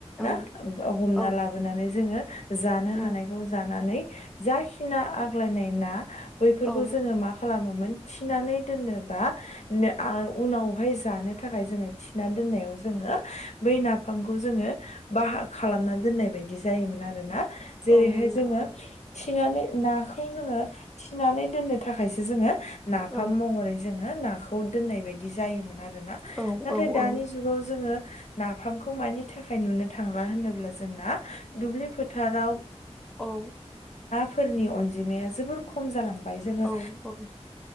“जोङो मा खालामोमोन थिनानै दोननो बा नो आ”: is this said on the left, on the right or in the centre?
Left